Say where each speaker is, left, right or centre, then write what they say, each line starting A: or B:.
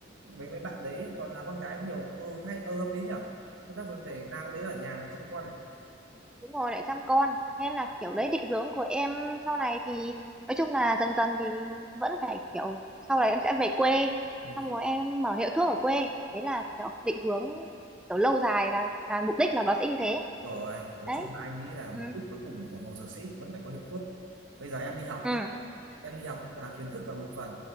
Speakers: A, on the right (about 80°); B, in the centre.
A: mấy mấy bạn đấy toàn là con gái nhiều ừ hay ừ hợp lý nhở chúng ta vẫn để làm cái đấy ở nhà để chăm con này
B: đúng rồi lại chăm con nên là kiểu đấy định hướng của em sau này thì nói chung là dần dần thì vẫn phải kiểu sau này em sẽ về quê
A: Ừ,
B: xong rồi em mở hiệu thuốc ở quê đấy là kiểu định hướng kiểu lâu dài là là mục đích là nó sẽ như thế
A: rồi, nói
B: đấy
A: chung là anh nghĩ là mục
B: ừ
A: đích cuối cùng của một dược sĩ vẫn phải có hiệu thuốc. Bây giờ em đi học
B: ừ
A: nhé, em đi học là kiến thức là một phần.